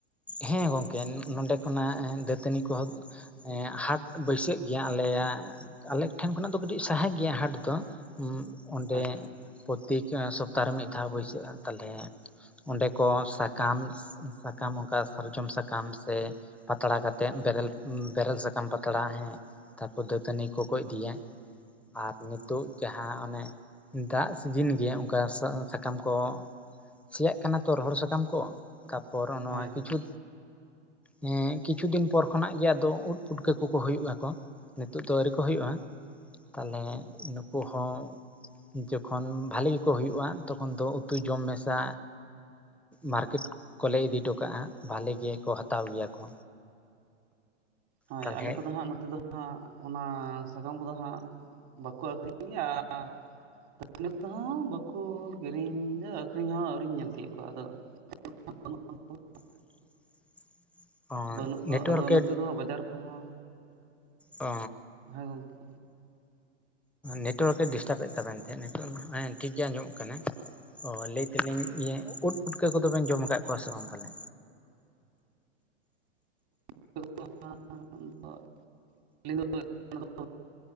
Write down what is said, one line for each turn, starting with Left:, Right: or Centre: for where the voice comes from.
Centre: ᱦᱮᱸ ᱜᱚᱢᱠᱮ ᱱᱚᱰᱮ ᱠᱷᱚᱱᱟᱜ ᱫᱟᱹᱛᱟᱹᱱᱤ ᱠᱚᱦᱚᱸ ᱦᱟᱴ ᱵᱟᱹᱭᱥᱟᱹᱜ ᱜᱮᱭᱟ ᱟᱞᱮᱭᱟᱜ ᱟᱞᱮ ᱴᱷᱮᱱ ᱠᱷᱚᱱᱟᱜ ᱫᱚ ᱠᱟᱹᱴᱤᱡ ᱥᱟᱦᱟ ᱜᱮᱭᱟ, ᱦᱟᱴ ᱫᱚ ᱚᱸᱰᱮ
Right: ᱦᱳᱭ
Centre: ᱯᱨᱚᱛᱛᱮᱠ ᱥᱚᱯᱛᱟᱦ ᱨᱮ ᱢᱤᱫ ᱫᱷᱟᱣ ᱵᱟᱹᱭᱥᱟᱹᱜᱼᱟ ᱛᱟᱦᱚᱞᱮ ᱚᱸᱰᱮ ᱠᱚ ᱥᱟᱠᱟᱢ ᱥᱟᱠᱟᱢ ᱚᱱᱠᱟ ᱥᱟᱨᱡᱚᱢ ᱥᱟᱠᱟᱢ ᱥᱮ ᱯᱟᱛᱲᱟ ᱠᱟᱛᱮᱜ ᱵᱮᱨᱮᱞ ᱵᱮᱨᱮᱞ ᱥᱟᱠᱟᱢ ᱯᱟᱛᱲᱟ ᱦᱮᱸ ᱛᱟᱨᱯᱚᱨ ᱫᱟᱹᱛᱟᱹᱱᱤ ᱠᱚᱠᱚ ᱤᱫᱤᱭᱟ ᱟᱨ ᱱᱤᱛᱚᱜ ᱡᱟᱦᱟᱸ ᱚᱱᱮ ᱫᱟᱜ ᱥᱤᱡᱤᱱ ᱜᱮ ᱚᱱᱠᱟ ᱥᱟᱠᱟᱢ ᱠᱚ᱾ ᱥᱮᱭᱟᱜ ᱠᱟᱱᱟ ᱛᱚ, ᱨᱚᱦᱚᱲ ᱥᱟᱠᱟᱢ ᱠᱚ᱾ ᱛᱟᱨᱯᱚᱨ ᱱᱚᱣᱟ
Right: ᱦᱳᱭ
Centre: ᱠᱤᱪᱷᱩ
Right: ᱦᱳᱭ
Centre: ᱦᱮᱸ ᱠᱤᱪᱷᱩ ᱫᱤᱱ ᱯᱚᱨ ᱠᱷᱚᱱᱟᱜ ᱜᱮ ᱟᱫᱚ ᱩᱫ ᱯᱩᱴᱠᱟᱹ ᱠᱚᱠᱚ ᱦᱩᱭᱩᱜᱼᱟ ᱠᱚ᱾ ᱱᱤᱛᱚᱜ ᱫᱚ ᱟᱹᱣᱨᱤ ᱠᱚ ᱦᱩᱭᱩᱜᱼᱟ, ᱛᱟᱦᱞᱮ ᱱᱩᱠᱩ ᱦᱚᱸ ᱡᱚᱠᱷᱚᱱ ᱵᱷᱟᱞᱮ ᱜᱮᱠᱚ ᱦᱩᱭᱩᱜᱼᱟ ᱛᱚᱠᱷᱚᱱ ᱫᱚ ᱩᱛᱩ ᱡᱚᱢ ᱢᱮᱥᱟ ᱢᱟᱨᱠᱮᱴ ᱠᱚᱞᱮ ᱤᱫᱤ ᱦᱚᱴᱚ ᱠᱟᱜᱼᱟ, ᱵᱷᱟᱞᱮ ᱜᱮᱠᱚ ᱦᱟᱛᱟᱣ ᱜᱮᱭᱟ ᱠᱚ᱾
Right: ᱦᱳᱭ
Centre: ᱛᱟᱦᱚᱞᱮ
Right: ᱟᱞᱮ ᱠᱚᱫᱚ ᱦᱟᱸᱜ ᱱᱚᱛᱮ ᱫᱚ ᱦᱟᱸᱜ ᱚᱱᱟ ᱥᱟᱠᱟᱢ ᱠᱚᱫᱚ ᱦᱟᱸᱜ ᱵᱟᱠᱚ ᱟᱹᱠᱷᱨᱤᱧ ᱜᱮᱭᱟ ᱟᱨ ᱫᱟᱹᱛᱟᱹᱱᱤ ᱦᱚᱸ ᱵᱟᱠᱚ ᱠᱤᱨᱤᱧᱟ ᱟᱹᱠᱷᱨᱤᱧ ᱦᱚᱸ ᱟᱹᱣᱨᱤᱧ ᱧᱮᱞ ᱛᱮᱭᱳᱜ ᱠᱚᱣᱟ ᱟᱫᱚ <unintelligible>
Centre: <inaudible> ᱚᱸ
Right: ᱵᱟᱹᱱᱩᱜ ᱫᱚ
Centre: ᱱᱮᱴᱳᱣᱟᱨᱠᱮ
Right: ᱟᱫᱚ ᱱᱚᱛᱮ ᱫᱚ ᱵᱟᱡᱟᱨ ᱠᱚᱦᱚᱸ
Centre: ᱚ
Right: ᱦᱚᱭ ᱜᱚᱝᱠᱮ
Centre: ᱱᱮᱴᱣᱟᱨᱠ ᱮ ᱰᱤᱥᱴᱟᱵ ᱮᱫ ᱛᱟᱵᱮᱱ ᱛᱟᱦᱮᱸᱫ ᱱᱤᱛᱚ ᱦᱮᱸ ᱴᱷᱤᱠ ᱜᱮ ᱟᱸᱡᱚᱢᱚᱜ ᱠᱟᱱᱟ ᱚ ᱞᱟᱹᱭ ᱛᱮᱞᱤᱧ ᱤᱭᱟᱹ ᱩᱫ ᱯᱩᱴᱠᱟᱹ ᱠᱚᱫᱚᱵᱮᱱ ᱡᱚᱢ ᱟᱠᱟᱫ ᱠᱚᱣᱟ ᱥᱮ ᱵᱟᱝ ᱛᱟᱦᱚᱞᱮ?
Right: <inaudible> ᱟᱸᱞᱤᱧ ᱫᱚ <inaudible> ᱚᱱᱟ ᱫᱚ